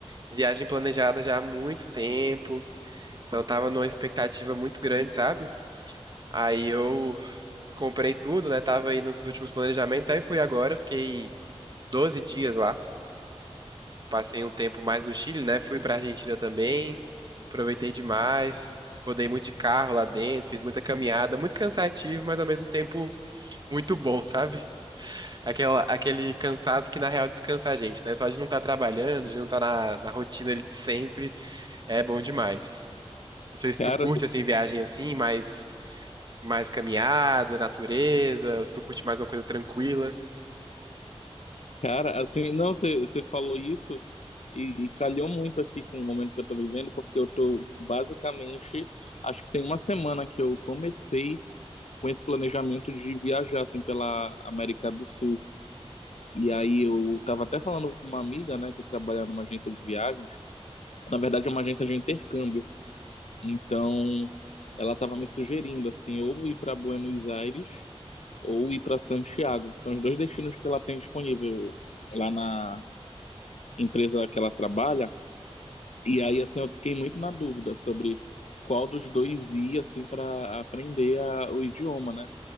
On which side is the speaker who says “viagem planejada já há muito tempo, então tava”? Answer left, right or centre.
Right